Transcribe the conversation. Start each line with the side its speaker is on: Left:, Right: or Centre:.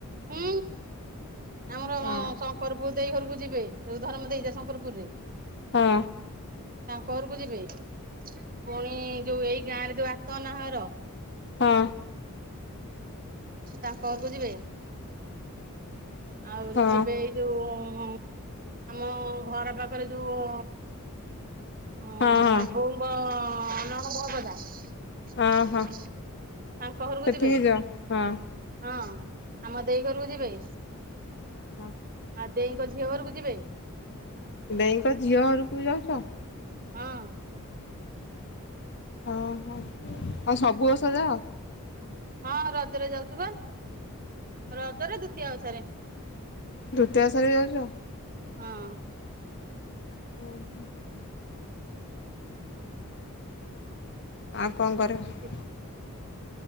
Right: ହୁଁ ଆମର
Left: ହଁ
Right: ଶଙ୍କରପୁରୁ ଦେଇ ଘରକୁ ଯିବେ ଧରର୍ମ ଦେଇ ଜାଏ ଶଙ୍କରପୁରୁରେ।
Left: ହଁ।
Right: ତାଙ୍କ ଘରକୁ ଯିବେ ପୁଣି ଯୋଉ ଏଇ ଗାଁରେ ଯୋଉ ଆତନା ଘର
Left: ହଁ।
Right: ତାଙ୍କଘରକୁ ଯିବେ। ଆହୁରି
Left: ହଁ
Right: ଯିବେ ଏଇ ଯୋଉଁ ଆମ ଘର ପାଖରେ ଯୋଉଁ ଉଁ
Left: ହଁ ହଁ
Right: ବୋଉଙ୍କ ନଣନ୍ଦ <unintelligible> ତାଙ୍କ
Left: ହଁ ହଁ
Right: ଘରକୁ
Left: ସେଠିକି
Right: ଯିବେ
Left: ଯାଅ ହଁ
Right: ହଁ। ଆମ ଦେଇ ଘରୁକୁ ଯିବେ।
Left: ଅଁ ହଁ
Right: ଆ ଦେଇଙ୍କ ଝିଅ ଘରୁକୁ ଯିବେ।
Left: ଦେଇଙ୍କ ଝିଅ ଘରକୁ ବି ଯାଉଚ?
Right: ହଁ।
Left: ଓହୋ କଁ ସବୁବର୍ଷ ଯାଅ?
Right: ହଁ ରଜରେ ଯାଉଚୁ ବା ରଜରେ ଦୂତୀଆ ଓଷାରେ।
Left: ଦୂତିଆ ଓଷାରେ ଯାଉଚ?
Right: ହଁ।
Left: ଉଁ ହୁଁ। ଆଉ କଣ କରିବୁ?
Right: <unintelligible>